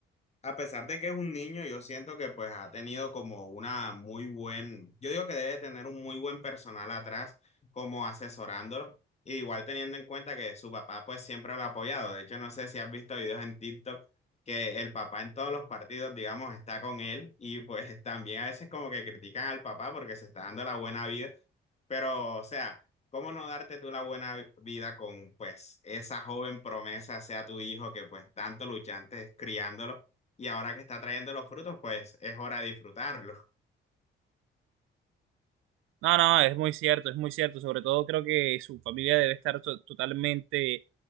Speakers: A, on the left; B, on the right.
A: A pesar de que es un niño, yo siento que pues ha tenido como una muy buen, yo digo que debe tener un muy buen personal atrás como asesorándolo, y igual teniendo en cuenta que su papá pues siempre lo ha apoyado. De hecho, no sé si has visto videos en TikTok que el papá en todos los partidos, digamos, está con él y pues también a veces como que critican al papá porque se está dando la buena vida, pero o sea, ¿cómo no darte tú la buena vi- vida con pues esa joven promesa, sea tu hijo que pues tanto luchaste criándolo? y ahora que está trayendo los frutos, pues es hora de disfrutarlos.
B: No, no, es muy cierto, es muy cierto. Sobre todo creo que su familia debe estar to- totalmente eh,